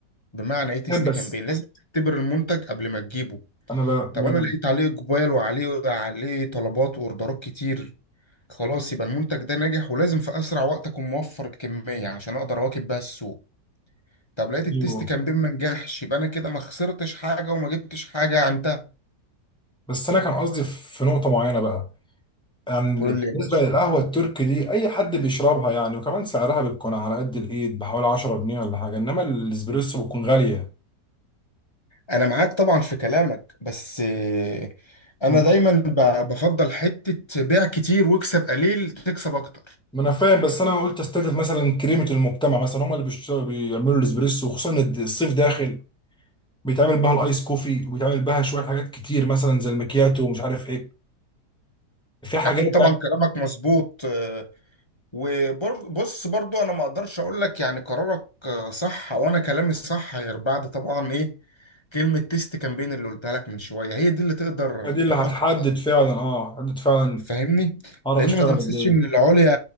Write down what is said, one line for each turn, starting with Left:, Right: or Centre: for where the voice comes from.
Left: بمعنى ايه تيست
Centre: فاهم بس
Left: كامبين لازم تختبر المنتج قبل ما تجيبه
Centre: انا ب...
Left: طب
Centre: ب...
Left: انا لقيت عليه اقبال وعليه عليه طلبات واوردرات كتير خلاص يبقى المنتج ده ناجح ولازم في اسرع وقت اكون موفر الكميه عشان اقدر اواكب بيها السوق طب لقيت التيست
Centre: أيوه.
Left: كامبين ما نجحش يبقى انا كده ما خسرتش حاجه وما جبتش حاجه عندها
Centre: بس انا كان قصدي في نقطة معينة بقى يعني
Left: قول
Centre: بالنسبة
Left: لي يا باشا
Centre: للقهوة التركي دي اي حد بيشربها يعني وكمان سعرها بتكون على قد الايد بحوالي 10 جنيه ولا حاجة انما الاسبريسو بتكون غالية
Left: انا معاك طبعا في كلامك بس آه، انا
Centre: فاهم
Left: دايما ب- بفضل حته بيع كتير واكسب قليل تكسب اكتر
Centre: ما انا فاهم بس انا قلت استهدف مثلا كريمه المجتمع مثلا هم اللي بيشتغلوا بيعملوا الاسبريسو وخصوصا إن الصيف داخل بيتعمل بها الايس كوفي وبيتعمل بها شويه حاجات كتير مثلا زي المكياتو ومش عارف ايه في حاجات
Left: اكيد طبعا
Centre: يعني
Left: كلامك مظبوط آه، وبص برضو انا ما اقدرش اقول لك يعني قرارك آه، صح وانا كلامي صح غير بعد طبعا ايه كلمة تيست كامبين اللي قلتها لك من شوية هي دي اللي تقدر
Centre: دي اللي
Left: تحط
Centre: هتحدد فعلا اه هتحدد فعلا
Left: فاهمني
Centre: اعرف
Left: لان
Centre: اشتغل
Left: ما تنسيش
Centre: قد ايه
Left: ان العليا